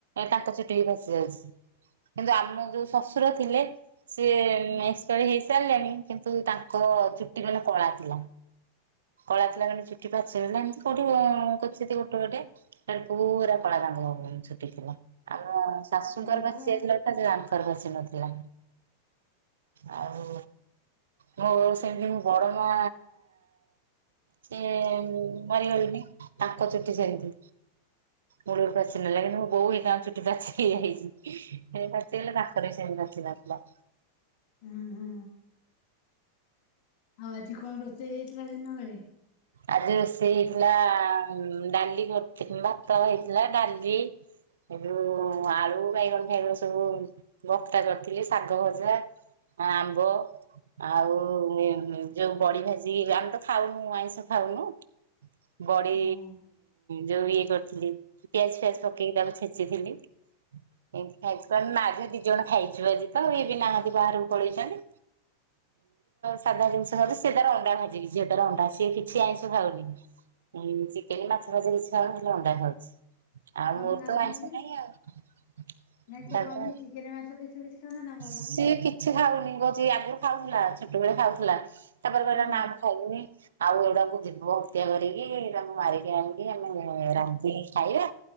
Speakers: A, on the right; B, on the left.
A: ତାଙ୍କ ଚୁଟି ବି ପାଚି ଯାଉଛି। କିନ୍ତୁ ଆମ ଯୋଉ ଶ୍ଶୁର ଥିଲେ ସିଏ
B: ହୁଁ
A: ଏକ୍ସପର ହେଇସାରିଲେଣି କିନ୍ତୁ ତାଙ୍କ ଚୁଟି ମାନେ କଳା ଥିଲା।
B: ହ
A: କଳା ଥିଲା ଗାଣ୍ଡେ ଚୁଟି ପାାରୁଚ ନା ଏମିତି କୋଉଠି କର ଗୋଟେ ଗୋଟେେ ପୁରା କଳା କାଣ୍ଡ ହବ। ଚୁଟି ଥିଲା ଆମ ଶାଶୁଙ୍କର
B: ହଁ ପରା।
A: ପାଚି ଯାଇଥିଲା ତଙ୍କର ପାଚି ନଥିଲା। ଆଉ ମୁ ସେମତି ବଡ ମା ସଏ ମାରିଗଲେଣିି ତାଙ୍କ ଚୁଟି ସେମିତି। ମୂଳରୁ ପାଚ ନେଲେ କିନ୍ତୁ ମୋ ବୋଉ ହେ କାଁ ଚୁଟି ପାଚ ହେିଯାଇଛି ସେ ପାଚ ହେଲେ ପାଖରେ ବି ସେ ବାଚି <unintelligible>
B: ହୁଁ ହୁଁ। ଆଉ ଆଜିିକଣ ରୋଷେଇ ହେଇଥିଲା ଦିନ ବେଳେ?
A: ଆଜି ରୋଷେଇ ହେଇଥିଲା ଡାଲି କର ଭାତ ହେଇଥିଲା ଡାଲି ଏବେ ଆଳୁ ବାଇଗଣ ଖାଇଗ ସବୁ ଭକ୍ତା କରିଥିଲି ଶାଗ ଭଜା ଆମ୍ବ ଆଉ ଯୋଉ ବଡି ଭାଜି ଆମେ ତ ଖାଉନୁ ଆଇଁଷ ଖାଉନୁ ବଡି
B: ହଁ
A: ଯୋଉ ଇଏ କରିଥିଲି ପିଆଜ ଫିଆଜ ପକେଇକି ତାକୁ ଛେଚିଥିଲି। ଏତି ଖାଇେ ମାଝ ବି ଦି ଜଣ ଖାଇଛୁ ଆଜି ତ ଇଏ ବି ନାହାନ୍ତି ବାହାରକୁ ପଳେଇଛନ୍ତି। ସାଧା ଜିନିଷ ସେ ତାର ଅଣ୍ଡା ଭାଜି କି ଯିଏ ତାର ଅଣ୍ଡା ସିଏ କି କିଛି ଆଇଁଷ ଖାଉନି ଚିକେନ ମାଛ ଭାଜ କିଛୁଆ ହେଲେ ଅଣ୍ଡା ଖାଉଛି। ଆଉ
B: କଣ
A: ମୋର
B: ପାଇଁ ଖାଉନାହାନ୍ତି?
A: ତ ଆଇଁଷ ନାଇ ଆଉ।
B: ନାଇଁ ସେ
A: ସାଧା।
B: କଣ ପାଇଁ ଚିକେନ ମାଛ ବେଶୀ କିଛି ଖାଉନ ନା ଭଲ
A: ସିଏ
B: ଲାଗୁନି
A: କିଛି ଖାଉନି କହୁଛି ଆଗରୁ ଖାଉଥିଲା ଛୋଟବେଳେ ଖାଉଥିଲା। ତାପରେ କହିଲା
B: ହୁଁ
A: ନା ଖାଇନି ଆଉ ଏଗୁାକୁ ଦିମବ ହତ୍ୟା କରିକିଇ ତାଙ୍କୁ ମାରିକି ଆଣି ଆମେ ରାନ୍ଧ ଖାଇବା